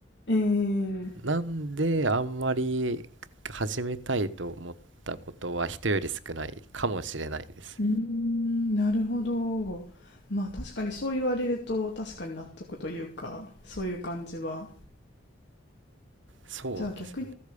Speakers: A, on the left; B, on the right.
A: ええ
B: なんであんまり始めたいと思ったことは人より少ないかもしれないです。
A: うーん、なるほど。まあ確かにそう言われると確かに納得というか、そういう感じは。
B: そうですね。
A: じゃあ逆に